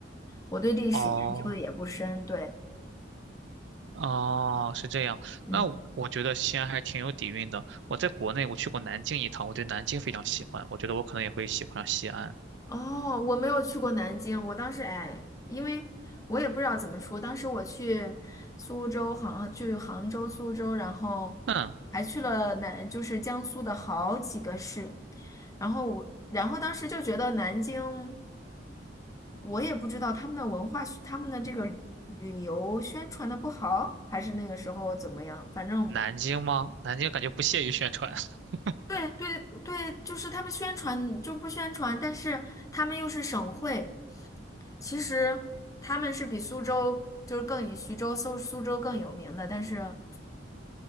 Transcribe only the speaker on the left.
我对历史研究的也不深，
对，
嗯。
哦，我没有去过南京，我当时哎，因为我也不知道怎么说，当时我去苏州、杭，去杭州、苏州，然后
还去了南，就是江苏的好几个市，然后我，然后当时就觉得南京，我也不知道他们的文化，他们的这个旅游宣传的不好，还是那个时候怎么样，反正。
对对对，就是他们宣传就不宣传，但是他们又是省会。其实他们是比苏州就是更以徐州、苏苏州更有名的，但是